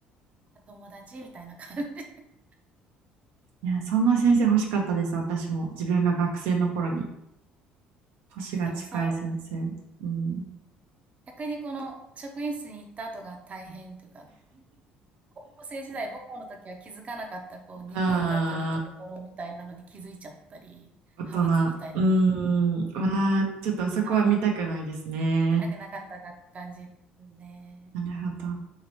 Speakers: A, on the right; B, on the right.
A: んか友達みたいな感じ。<laughs>
B: いや、そんな先生欲しかったです。私も。自分が学生の頃に。年が近い先生。
A: ああ、でもそう、
B: うん。
A: 逆にこの職員室に行った後が大変というか、高校生時代母校の時は気づかなかったこう人間関係のドロドロみたいなのに気づいちゃったり、
B: ああ、大人。
A: 派閥みたいなのに、
B: うーん。わあ、ちょっとそこは見たくないですね。
A: ああ、見、見たくなかったなって感じですね。
B: なるほど。